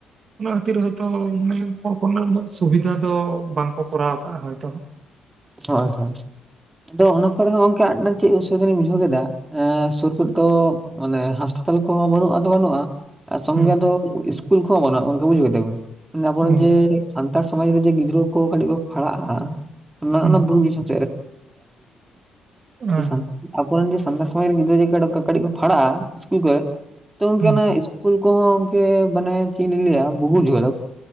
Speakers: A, on the right; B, on the right.
A: ᱚᱱᱟ ᱠᱷᱟᱹᱛᱤᱨ ᱦᱚᱭᱛᱚ ᱢᱟᱱᱮ ᱩᱱᱟᱹᱜ ᱥᱩᱵᱤᱫᱷᱟ ᱫᱚ ᱵᱟᱝᱠᱚ ᱠᱚᱨᱟᱣ ᱠᱟᱜᱼᱟ ᱦᱚᱭᱛᱚ᱾
B: ᱦᱳᱭ ᱦᱳᱭ ᱟᱫᱚ ᱚᱱᱟ ᱠᱚᱨᱮ ᱦᱚᱸ ᱜᱚᱢᱠᱮ ᱟᱴᱟᱝ ᱪᱮᱫ ᱚᱥᱩᱵᱤᱫᱷᱟ ᱞᱤᱧ ᱵᱩᱡᱷᱟᱹᱣ ᱠᱮᱫᱟ᱾ ᱮ ᱥᱳᱨ ᱠᱚᱨᱮ ᱛᱚ ᱢᱟᱱᱮ ᱦᱟᱸᱥᱯᱟᱛᱟᱞ ᱠᱚᱦᱚᱸ ᱵᱟᱹᱱᱩᱜᱼᱟ ᱛᱚ ᱵᱟᱹᱱᱩᱜᱼᱟ᱾ ᱥᱚᱝᱜᱮ
A: ᱦᱩᱸ
B: ᱫᱚ ᱤᱥᱠᱩᱞ ᱠᱚᱦᱚᱸ ᱵᱟᱹᱱᱩᱜᱼᱟ ᱵᱩᱡᱷᱟᱹᱣᱛᱟ ᱵᱤᱱ ᱟᱵᱚᱨᱮᱱ
A: ᱚ
B: ᱡᱮ, ᱥᱟᱱᱛᱟᱲ ᱥᱚᱢᱟᱡᱽ ᱨᱮ ᱡᱮ ᱜᱤᱫᱽᱨᱟᱹ ᱠᱚ ᱠᱟᱹᱴᱤᱡ ᱠᱚ ᱯᱷᱟᱲᱟᱜᱼᱟ
A: ᱦᱩᱸ
B: ᱚᱱᱟ ᱵᱩᱨᱩ ᱫᱤᱥᱚᱢ᱾
A: ᱟᱭ
B: <unintelligible> ᱟᱵᱚᱨᱮᱱ ᱜᱮ ᱥᱟᱱᱛᱟᱲ ᱥᱚᱢᱚᱭ ᱨᱮᱱ ᱜᱤᱫᱽᱨᱟᱹ ᱡᱮ ᱠᱟᱹᱴᱤᱡ ᱠᱚ ᱯᱷᱟᱲᱟᱜᱼᱟ ᱠᱷᱚᱱᱚᱡ ᱛᱚ ᱚᱱᱟ
A: ᱦᱩᱸ
B: ᱤᱥᱠᱩᱞ ᱠᱚᱦᱚᱸ ᱜᱚᱝᱠᱮ ᱢᱟᱱᱮ ᱪᱮᱫ ᱞᱤ ᱞᱤᱭᱟ ᱵᱚᱦᱩᱡᱷᱟᱹᱣ